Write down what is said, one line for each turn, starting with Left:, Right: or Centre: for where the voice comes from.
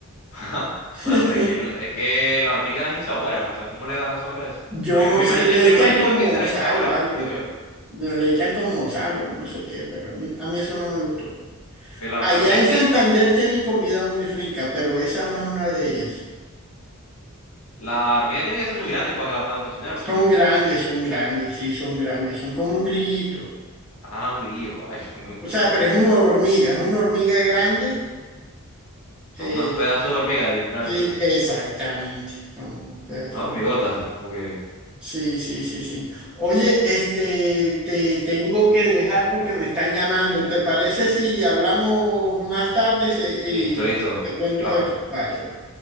Left: <laughs>
Centre: <laughs>
Left: Bueno, pero es que, el- es que la hormiga es insabora, o sea, ¿cómo le agarran sabor a eso?
Centre: Yo
Left: Me
Centre: no
Left: imagino, me
Centre: sé, le
Left: imagino me
Centre: echan
Left: imagino
Centre: como
Left: yo que será
Centre: sal
Left: insabora,
Centre: o algo,
Left: digo yo.
Centre: le echan como sal o no sé qué, pero a mí a mí eso no me gustó.
Left: Pero la,
Centre: Allá
Left: la hormiga
Centre: en
Left: tiene
Centre: Santander tienen comida muy rica, pero esa no es una de ellas.
Left: La hormiga tiene que ser muy grande para que la puedan cocinar, porque.
Centre: Son grandes, son grandes, sí, son grandes, son como un grillito.
Left: Ah, un grillo. ay, <laughs>
Centre: O sea,
Left: son,
Centre: pero es una hormiga, es una hormiga grande.
Left: son
Centre: eh,
Left: unos pedazos de hormiga, literal,
Centre: sí,
Left: entonces.
Centre: exactamente, son unos pedazos.
Left: Una hormigota,
Centre: de-
Left: porque.
Centre: Sí, sí, sí, sí. Oye, este, te tengo que dejar porque me están llamando. ¿Te parece si hablamos más tarde se-
Left: Listo,
Centre: y
Left: listo.
Centre: te cuento
Left: Claro.
Centre: esto? Vale, pues.